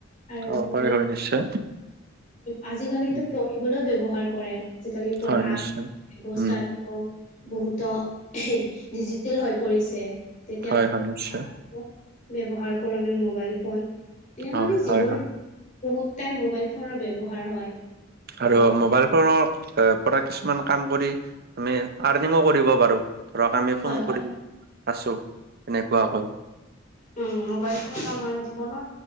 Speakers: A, on the left (about 40°); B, on the right (about 50°).
A: আৰু
B: অ হয়
A: আমি
B: হয় নিশ্চয়
A: আজিকালিতো
B: উম
A: পঢ়িবলৈ ব্ৱহাৰ কৰে আজিকালি পঢ়া
B: হয় নিশ্চয়
A: বৱস্থাত
B: উম
A: বহুতো ডিজিটেল হৈ পৰিছে। তেতিয়া
B: হয়
A: ব্য্ৱহাৰ
B: হয় নিশ্চয়
A: কৰো আমি মোবাইল ফোন। তেনেকুৱা
B: হয়
A: আমি জীৱনৰত
B: হয় হয়
A: বহুত টাইম মোবাইল ফোনৰ ব্য্ৱহাৰ হয়।
B: আৰু
A: হয়,
B: মোবাইল ফোনৰ এ পৰা কিছুমান কাম কৰি আমি আৰ্নিঙো কৰিব পাৰো। ধৰক আমি
A: হয়,
B: ফোন
A: হয়।
B: কৰি আছো তেনেকুৱাকৈ।
A: উম, মোবাইল ফোন আমাৰ জীৱনৰ